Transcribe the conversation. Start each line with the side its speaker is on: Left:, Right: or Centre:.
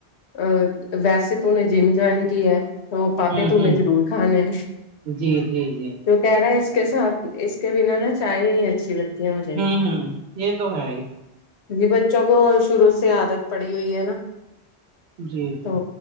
Left: اب ویسے تو نے جم جوائن کی ہے تو پاپڑ
Right: ہوں
Left: تونے
Right: ہوں
Left: ضرور کھانے ہیں
Right: جی جی جی
Left: تو کہہ رہا ہے اس کے ساتھ اس کے بنا نہ چائے بھی نہیں اچھی لگتی ہے مجھے
Right: امم یہ تو ہے ہی
Left: جی بچوں کو شروع سے عادت پڑی ہوئی ہے نا
Right: جی جی
Left: تو